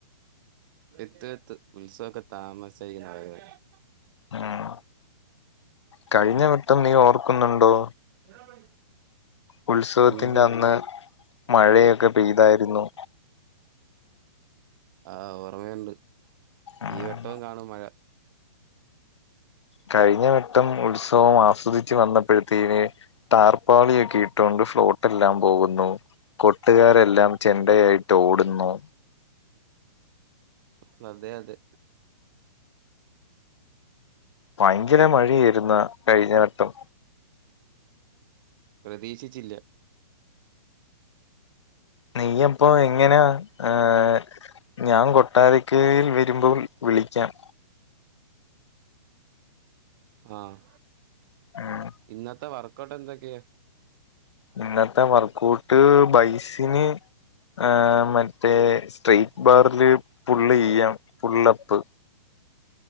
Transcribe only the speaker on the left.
ഉം കഴിഞ്ഞ വട്ടം നീ ഓർക്കുന്നുണ്ടോ?
ഉത്സവത്തിന്റെ
അന്ന് മഴയൊക്കെ പെയ്തായിരുന്നു
ഉം
കഴിഞ്ഞവട്ടം ഉത്സവം ആസ്വദിച്ചു വന്നപ്പഴത്തേന് ടാർപാളിയൊക്കെ ഇട്ടോണ്ട് ഫ്ലോട്ടല്ലാം പോകുന്നു കൊട്ടുകാരെല്ലാം ചെണ്ടയായിട്ട് ഓടുന്നു
ഭയങ്കര മഴയായിര്ന്ന് കഴിഞ്ഞ വട്ടം
നീയപ്പൊ എങ്ങനാ ഏഹ് ഞാൻ കൊട്ടാരക്കേൽ വരുമ്പോൾ വിളിക്കാം
ഉം
ഇന്നത്തെ വർക്കഔട്ട് ബൈസിന്. ഏഹ് മറ്റേ സ്ട്രെറ്റ് ബാറില് ഫുള്ളെയ്യാം ഫുള്ളപ്പ്.